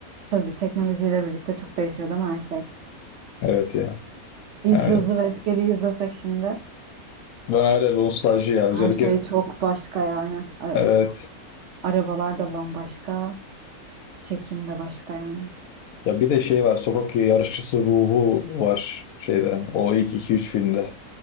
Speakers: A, on the right (about 65°); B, on the left (about 75°).
A: Tabii teknolojiyle birlikte çok değişiyor değil mi her şey?
B: Evet ya.
A: İlk
B: Yani
A: Hızlı ve Öfkeli'yi izlesek şimdi
B: ben öyle nostalji ya
A: her
B: özellikle
A: şey çok başka yani. A-
B: evet.
A: Arabalar da bambaşka, çekim de başka yani.
B: Ya bir de şey var sokak yarışçısı ruhu var şeyde o ilk iki üç filmde.